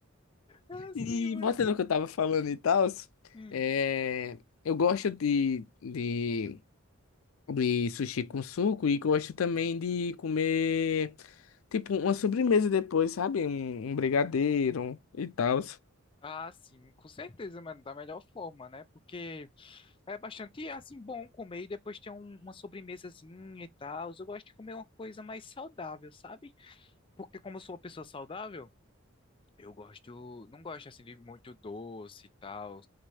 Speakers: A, on the left; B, on the left.
A: Ah, sim,
B: E
A: mano.
B: voltando ao que eu tava falando e tal,
A: Hum.
B: é... eu gosto de, de E sushi com suco. E gosto também de comer, tipo, uma sobremesa depois, sabe? Um, um brigadeiro e tal.
A: Ah, sim, com certeza, mano, da melhor forma, né? Porque É bastante, é, assim, bom comer e depois ter um- uma sobremesazinha e tal. Eu gosto de comer uma coisa mais saudável, sabe? Porque como eu sou uma pessoa saudável, eu gosto, não gosto, assim, de muito doce e tal.